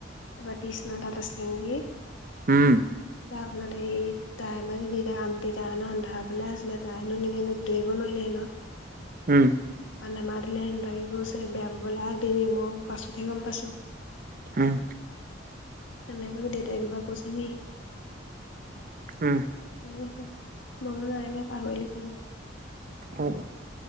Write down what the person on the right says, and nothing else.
উম।
উম
উম
উম
<unintelligible>